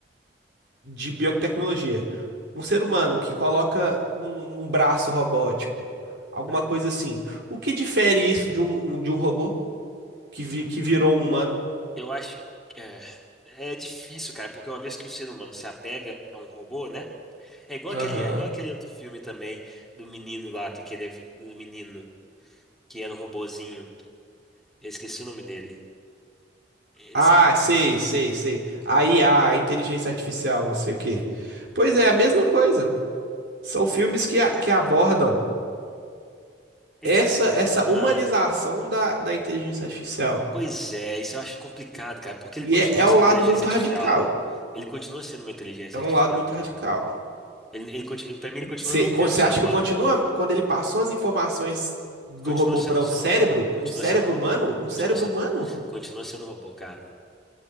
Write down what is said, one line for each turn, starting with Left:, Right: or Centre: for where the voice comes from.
Right: de biotecnologia, um ser humano que coloca um, um braço robótico, alguma
Centre: Hum.
Right: coisa assim, o que difere isso de um, de um robô que, vi- que virou um humano?
Centre: Eu acho que é, é difícil, cara, porque uma vez que o ser humano se apega a um robô, né? É igual
Right: Aham.
Centre: aquele, é igual aquele outro filme também do menino lá que queria, vi- do menino que era um robozinho. Eu esqueci o nome dele. Esse
Right: Ah, sei, sei, sei. A IA, a a inteligência artificial, não sei o quê. Pois é, a mesma coisa. São filmes que, a- que abordam
Centre: é
Right: essa
Centre: de,
Right: essa humanização
Centre: ah,
Right: da, da inteligência artificial.
Centre: pois é, isso eu acho complicado, cara, porque ele
Right: E
Centre: continua
Right: é, é
Centre: sendo
Right: um lado
Centre: inteligência
Right: muito
Centre: artificial.
Right: radical.
Centre: Ele continua sendo uma inteligência
Right: É um
Centre: artificial,
Right: lado muito
Centre: cara.
Right: radical.
Centre: Ele, ele, conti- pra mim, ele continua
Right: Você
Centre: não
Right: co-
Centre: sendo
Right: você
Centre: um ser
Right: acha
Centre: humano.
Right: que eu continuo quando ele passou as informações do
Centre: Continua
Right: robô
Centre: sendo
Right: para o
Centre: sendo
Right: cérebro?
Centre: robô. Continua
Right: Um cérebro
Centre: sendo robô.
Right: humano? Um
Centre: Continua
Right: cérebro
Centre: sendo,
Right: humano?
Centre: continua sendo robô, cara.